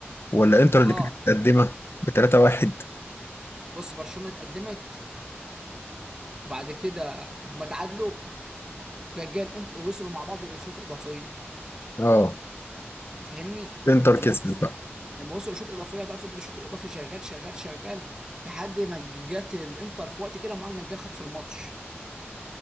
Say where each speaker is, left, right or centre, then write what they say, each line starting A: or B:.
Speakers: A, on the left; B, on the right.
A: ولا إنتر
B: اه
A: اللي كانت متقدمة بتلاتة واحد
B: بص برشلونه اتقدمت وبعد كده هما تعادلوا رجال انت وصلوا مع بعض للشوط الاضافي
A: آه
B: تفهمني
A: إنتر
B: لما
A: كسبت
B: وصلوا
A: بقى
B: لما وصلوا الشوط الاضافي بقى فضل الشوط الاضافي شغال شغال شغال لحد ما جت الانتر في وقت كده معاك جه خد في الماتش